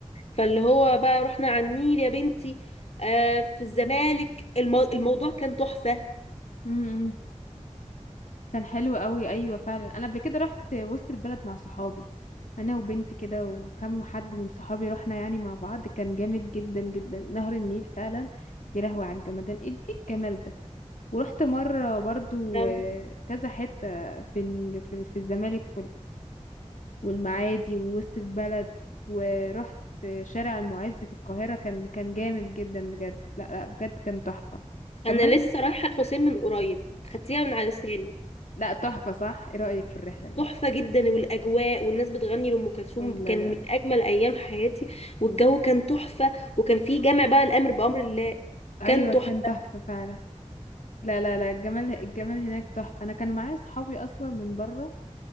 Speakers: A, on the left; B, on the left.
A: فاللي هو بقى رحنا على النيل يا بنتي آه في الزمالك المو... الموضوع كان تحفة
B: امم كان حلو قوي ايوه فعلا انا قبل كده رحت وسط البلد مع صحابي انا وبنت كده وكم حد من صحابي رحنا يعني مع بعض كان جامد جدا جدا نهر النيل فعلا يا لهوي على الجمدان ايه ايه الجمال ده ورحت مره برضو
A: أم-
B: آه، كذا حته في ال- في في الزمالك والمعادي ووسط البلد ورحت شارع المعز في القاهرة كان كان جامد جدا بجد لا لا بجد كان تحفة
A: انا
B: كمان
A: لسه رايحة الحسين من قريب خدتيها من على لساني
B: لا تحفة صح ايه رأيك في الرحلة دي
A: تحفة جدا والأجواء والناس بتغني لأم كلثوم
B: لا
A: كان
B: لا
A: من
B: لا
A: أجمل أيام حياتي والجو كان تحفة وكان فيه جامع بقى الأمر بأمر الله
B: ايوه
A: كان تحفة
B: كان تحفة فعلا لا لا لا الجمال الجمال هناك تحفة انا كان معايا صحابي اصلا من بره